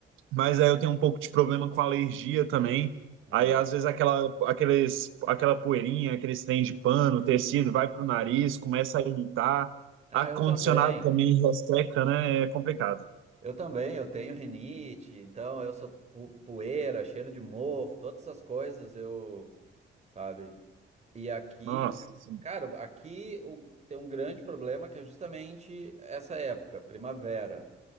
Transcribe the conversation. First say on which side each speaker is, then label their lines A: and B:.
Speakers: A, on the right (about 85°); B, on the right (about 35°).
A: Mas aí eu tenho um pouco de problema com alergia também.
B: ah,
A: Aí às vezes aquela, aqueles, aquela poeirinha, aqueles trem de pano, tecido, vai pro nariz,
B: sim.
A: começa a irritar.
B: Ah,
A: Ar-condicionado
B: eu também.
A: também resseca, né? É complicado.
B: Eu também, eu tenho rinite, então eu sou pu- poeira, cheiro de mofo, todas essas coisas eu, sabe? E aqui,
A: Nossa. sim.
B: cara, aqui o- tem um grande problema que é justamente essa época, primavera,